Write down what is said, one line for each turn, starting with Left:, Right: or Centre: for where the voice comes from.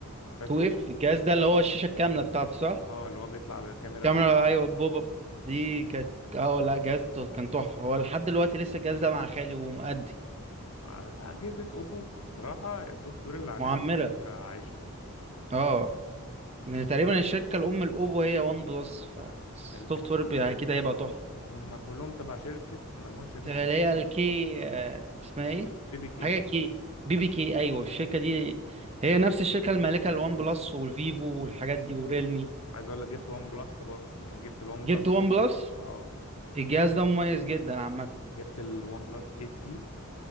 Left: فاكره
Right: اف الجهاز ده اللي هو الشاشه الكامله بتاعته صح
Left: اه اللي هو بيطلع بكاميرا
Right: كاميرا
Left: مع
Right: ايوه البوب اب دي كانت اه لا جهازته كان تحفه هو لحد دلوقتي لسه الجهاز ده مع خالي ومؤدي
Left: مع- أجهزة أوبو بصراحة السوفت وير اللي عليها
Right: معمره
Left: بيخليها عايشة
Right: اه لان تقريبا الشركه الام الاوبو هي وان بلس فالسوفت
Left: يعني
Right: وير بي- يعني اكيد هيبقى تحفه
Left: هم كلهم تبع شركة مجموعة شركات
Right: اللي
Left: اسمها
Right: هي الكي آه، اسمها ايه
Left: بيبي كي
Right: حاجه كي بي بي كي ايوه
Left: البيبي
Right: الشركه
Left: كي
Right: دي هي نفس الشركه المالكه للوان بلس والفيفو والحاجات دي وريلمي
Left: عايز اقول لك جبت ون بلس برضه يعني جبت الون
Right: جبت
Left: بلس
Right: وان بلس
Left: اه
Right: الجهاز ده مميز جدا عامه
Left: جبت الون بلس 8 تي